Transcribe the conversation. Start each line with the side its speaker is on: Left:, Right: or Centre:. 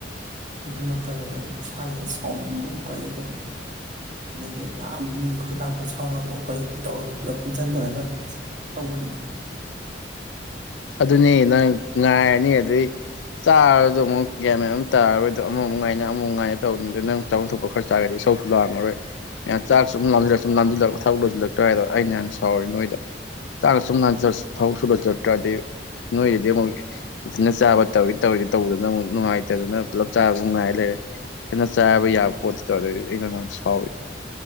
Right: ꯑꯗꯨ ꯅꯠꯇꯕꯅꯤ ꯏꯁꯥꯥꯁꯗ ꯁꯥꯎꯅꯤꯡꯒꯨꯝ ꯀꯔꯤꯒꯨꯝ ꯑꯗꯒꯤ ꯂꯥꯝꯕꯒꯤ ꯈꯣꯏꯗꯥꯥꯡ ꯈꯣꯏꯠꯁꯥꯎꯅꯕꯒ ꯀꯔꯤ ꯇꯧꯔꯒ ꯄꯨꯂꯞ ꯄꯨꯟꯁꯤꯟꯊꯔꯒ ꯑꯅꯤ ꯏꯗ
Left: ꯑꯗꯨꯅꯦ ꯅꯪ ꯉꯥꯏꯔꯅꯤ ꯑꯗꯩ ꯆꯥ ꯑꯗ ꯑꯃꯨꯛ ꯒ꯭ꯌꯥ ꯃꯌꯥꯝ ꯑꯃ ꯇꯥꯔꯣꯏꯗꯣ ꯑꯃꯨꯛ ꯉꯥꯏꯅ ꯑꯃꯨꯃꯨꯛ ꯉꯥꯏꯅ ꯇꯧꯅꯤꯡꯗꯣ ꯅꯪ ꯆꯥꯐꯝꯊꯣꯛꯄ ꯈꯔ ꯆꯥꯒꯗꯤ ꯏꯁꯆꯧꯁꯨ ꯂꯥꯡꯉꯔꯣꯏ ꯆꯥꯛ ꯁꯨꯝꯥꯖꯜꯂ ꯁꯨꯝꯥꯝꯁꯤꯜꯂ ꯊꯕꯛꯣꯏꯜꯛ ꯀꯋꯥꯏꯗꯣ ꯑꯩꯅꯍꯥꯟ ꯁꯥꯎꯔꯤ ꯅꯣꯏꯗ ꯇꯥ ꯁꯨꯝ ꯍꯥꯎ ꯁꯨꯕꯥꯥꯖ ꯆꯇ꯭ꯔꯥꯗ ꯅꯣꯏꯔꯗꯤ ꯑꯃꯨꯛ ꯏꯗꯨꯅ ꯆꯥꯕ ꯇꯧꯋ ꯇꯧꯔꯤꯗꯤ ꯇꯧꯗꯅꯪꯛ ꯅꯨꯪꯉꯥꯏꯇꯥꯗꯅꯥ ꯄꯨꯜꯂꯞ ꯆꯥꯕꯅꯨꯡꯉꯥꯏ ꯂꯩꯔꯦ ꯀꯈꯤꯟꯅ ꯆꯥꯕ ꯌꯥꯕ ꯄꯣꯠꯇ ꯇꯗꯤ ꯑꯩꯩꯅ ꯁꯥꯎꯔꯤꯗ